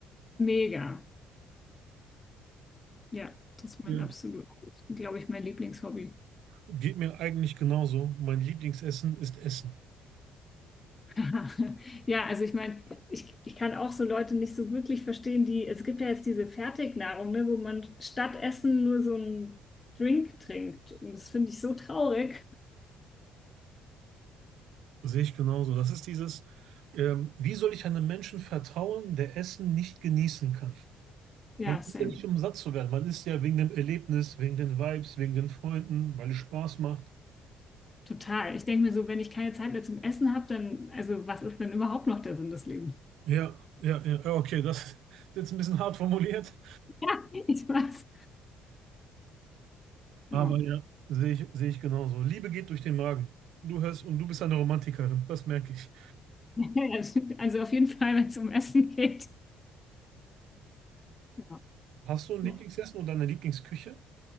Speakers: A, on the left; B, on the right.
A: Mega. Ja, das ist
B: Ja.
A: mein absolut, glaube ich, mein Lieblingshobby.
B: Geht mir eigentlich genauso. Mein Lieblingsessen ist Essen.
A: <laughs> Ja, also ich meine, ich, ich kann auch so Leute nicht so wirklich verstehen, die, es gibt ja jetzt diese Fertignahrung, ne, wo man statt Essen nur so einen Drink trinkt. Und das finde ich so traurig.
B: Sehe ich genauso. Das ist dieses, ähm, wie soll ich einem Menschen vertrauen, der Essen nicht genießen kann?
A: Ja,
B: Man
A: same.
B: ist ja nicht, um satt zu werden. Man ist ja wegen dem Erlebnis, wegen den Vibes, wegen den Freunden, weil es Spaß macht.
A: Total. Ich denke mir so, wenn ich keine Zeit mehr zum Essen habe, dann, also was ist denn überhaupt noch der Sinn des Lebens? <laughs>
B: Ja, ja, ja. Ja, Okay, das ist jetzt ein bisschen hart formuliert,
A: Ja, ich weiß.
B: aber
A: Ja.
B: ja, sehe ich, sehe ich genauso. Liebe geht durch den Magen. Du hörst und du bist eine Romantikerin, das merke ich.
A: <laughs> Also auf jeden Fall, wenn es um Essen geht. Ja,
B: Hast du ein
A: doch.
B: Lieblingsessen oder eine Lieblingsküche?